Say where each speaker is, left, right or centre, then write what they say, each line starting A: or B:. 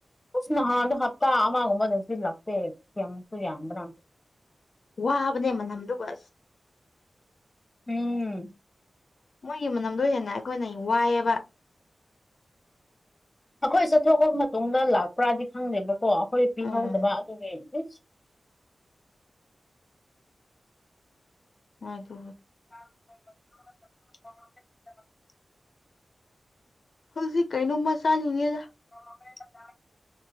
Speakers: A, on the left (about 25°); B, on the left (about 70°).
A: ꯑꯁ ꯅꯍꯥꯟꯗꯣ ꯍꯞꯇꯥ ꯑꯃꯒꯨꯝꯕꯗ ꯁꯤꯂꯥꯛꯇꯦ ꯌꯥꯝꯃꯁꯨ ꯌꯥꯝꯕ꯭ꯔꯥ
B: ꯋꯥꯕꯅꯦ ꯃꯅꯝꯗꯨ ꯁ
A: ꯎꯝ
B: ꯃꯣꯏꯒꯤ ꯃꯅꯝꯗꯣ ꯍꯦꯟꯅ ꯑꯩꯈꯣꯏꯅ ꯋꯥꯏꯑꯕ
A: ꯑꯩꯈꯣꯏ ꯆꯠꯊꯣꯛꯑꯕ ꯃꯇꯨꯡꯗ ꯂꯥꯛꯄ꯭ꯔꯥꯗꯤ ꯈꯪꯗꯦꯕꯀꯣ ꯑꯩꯈꯣꯏ ꯄꯤꯍꯧꯗꯕ
B: ꯎꯝ
A: ꯑꯗꯨꯒꯤ ꯍ
B: ꯍꯣꯏ ꯇ
A: <inaudible>
B: ꯍꯧꯖꯤꯛ ꯀꯩꯅꯣꯝꯃ ꯆꯥꯜꯂꯤꯉꯦꯗ
A: ꯦ